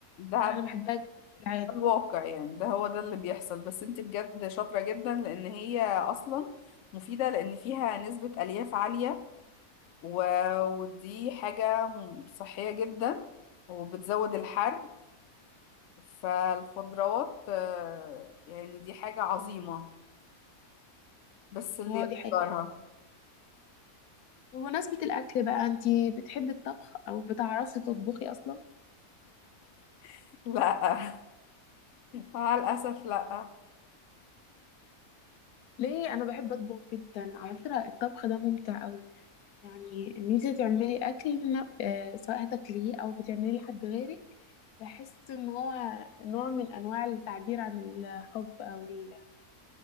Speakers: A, on the left (about 60°); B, on the left (about 80°).
A: ده
B: لا
A: ده
B: انا بحبها جدا في العادي
A: الواقع يعني ده هو ده اللي بيحصل بس انت بجد شاطرة جدا لان هي اصلا مفيدة لان فيها نسبة الياف عالية و... ودي حاجة م- صحية جدا وبتزود الحرق فالخضروات آه، يعني دي حاجة عظيمة بس اللي
B: اه دي حقيقه
A: يقدرها
B: بمناسبه الاكل بقى انتي بتحبي الطبخ او بتعرفي تطبخي اصلا
A: <laughs> لا مع الأسف لا
B: ليه انا بحب اطبخ جدا على فكره الطبخ ده ممتع قوي يعني ان انت تعملي اكل ن- آه، سواء هتاكليه او بتعمليه لحد غيرك بحس ان هو نوع من انواع التعبير عن الحب او ال-